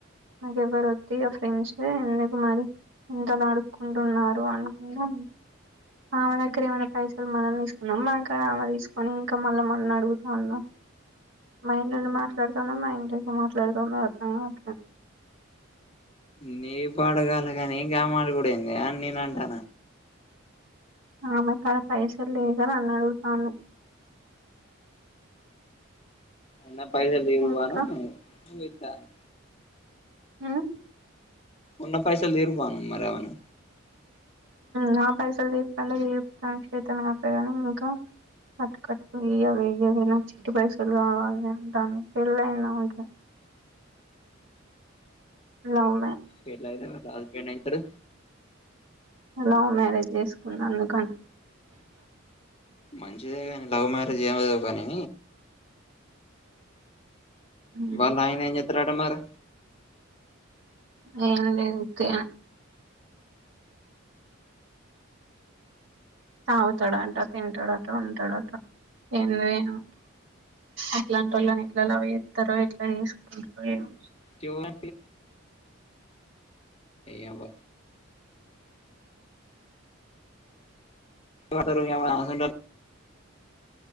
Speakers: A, on the right; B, on the left.
A: నాకు ఎవరు వద్దిగ ఫ్రెండ్స్ ఎందుకు మరి ఇంతలా అడుకుంటున్నారు అనుకుంటా ఆమె దగ్గర ఏమైనా పైసలు మనం తీసుకున్నామా మనకాడ ఆమె తీసుకొని ఇంకా మళీ మనని అడుగుతా ఉన్నా మైండ్ ఉండి మాట్లాడుతాందా మైండ్ లేక మాట్లాడుతాందో అర్థమేకాట్లేదు
B: నీ పాడగాలుగాని గామడుగుడు ఏందే అని నేను అంటాన
A: ఆమె కాడ పైసలు లేక నన్నడుగుతాంది
B: అన్న పైసలు ఇవ్వను
A: ఇంకా
B: <unintelligible>
A: ఆ
B: ఉన్న పైసలు తీర్పుమను మరామను
A: నా పైసలు తీసుకుంట తీర్పుతానికి చేతన్ కాట్లే ఇంకా కట్టు కట్టు ఇయ్యవే ఇయ్యవే నాకు చిట్టి పైసలు కావాలే అంటాంది ఇంకా పెళ్లయింది ఆమెకి లావు
B: గిట్లైతే మరి రాజ <unintelligible> అయితడు
A: లవ్ మ్యారేజ్ చేసుకున్నాందుకని
B: మంచిదే కానీ లవ్ మ్యారేజ్ ఏమైందో కానీ
A: ఉమ్
B: వాళ్ళయన ఏం చెత్తడట మరి
A: ఏమో నేను <unintelligible> తాగుతడంట తింటడట ఉంటడట ఏంలేదు అట్లాంటి వాళ్ళని ఎట్ల లవ్ చేస్తరో ఎట్లా చేసుకుంటరో ఏమో
B: <inaudible> నీయవ్వ <unintelligible> అసొంటోలు